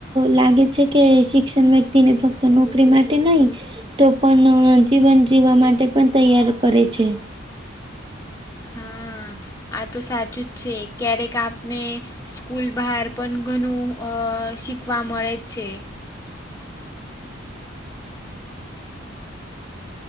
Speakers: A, on the right; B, on the left.
A: લાગે છે કે શિક્ષણ વ્યક્તિને ફક્ત નોકરી માટે નહી તો પણ જીવન જીવવા માટે પણ તૈયાર કરે છે.
B: હા આ તો સાચું જ છે ક્યારેક આપને સ્કૂલ બહાર પણ ઘણું અ શીખવા મળે જ છે.